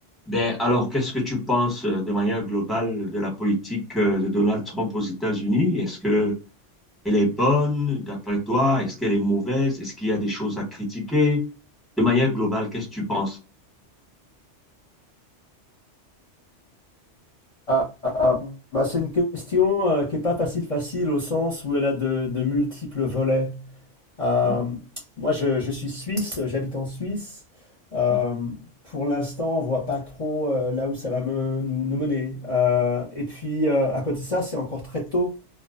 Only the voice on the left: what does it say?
Ah, ah, bah, c'est une question euh, qui n'est pas facile facile au sens où elle a de, de multiples volets. Euh,
moi, je, je suis suisse, j'habite en Suisse. Euh,
pour l'instant, on voit pas trop euh, là où ça va me- nous, nous mener. Euh, et puis, euh, à côté de ça, c'est encore très tôt